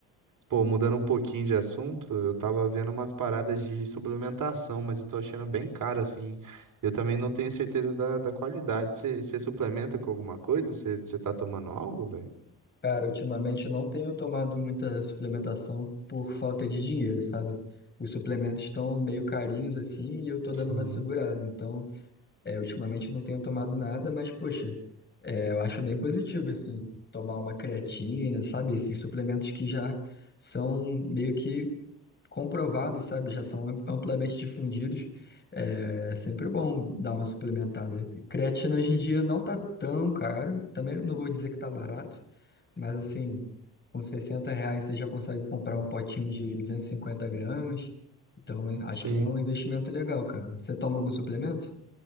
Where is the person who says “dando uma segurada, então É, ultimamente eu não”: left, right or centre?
Left